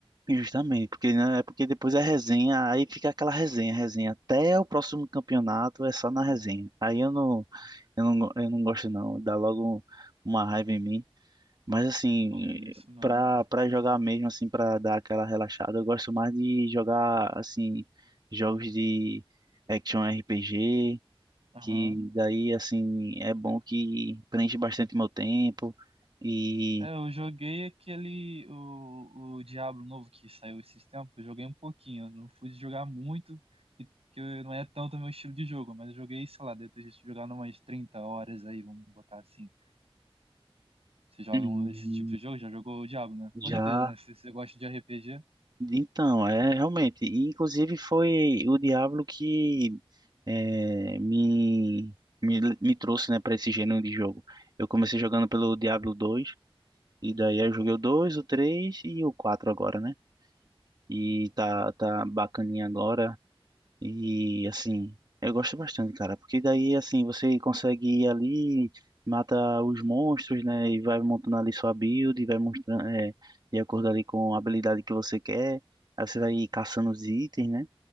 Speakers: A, on the right; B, on the right.
A: justamente, porque né, é porque depois é resenha, aí fica aquela resenha, resenha até o próximo campeonato é só na resenha.
B: Ah,
A: Aí eu não, eu não, eu não gosto não, dá logo uma raiva em mim. Mas assim,
B: pô, mas é isso mesmo.
A: pra, pra jogar mesmo, assim, pra dar aquela relaxada, eu gosto mais de jogar, assim, jogos de action RPG,
B: Aham.
A: que daí assim é bom que preenche bastante meu tempo e
B: É, eu joguei aquele, o, o Diablo novo que saiu esses tempos, eu joguei um pouquinho, eu não fui jogar muito, que, que eu- não é tanto meu estilo de jogo, mas eu joguei, sei lá, depois de jogar umas 30 horas aí, vamos botar assim. Você joga
A: hum,
B: um- esse tipo de jogo? Já jogou o Diablo, né?
A: já
B: Com certeza, né? Se você gosta de RPG.
A: então é realmente e, inclusive foi o Diablo que é, me, me me trouxe né para esse gênero de jogo eu comecei jogando pelo Diablo 2 e daí eu joguei o dois o 3 e o 4 agora né e tá tá bacaninha agora E assim, eu gosto bastante, cara, porque daí assim você consegue ir ali, mata os monstros, né? E vai montando ali sua build, e vai mostrando é, de acordo ali com a habilidade que você quer. Aí você vai caçando os itens, né?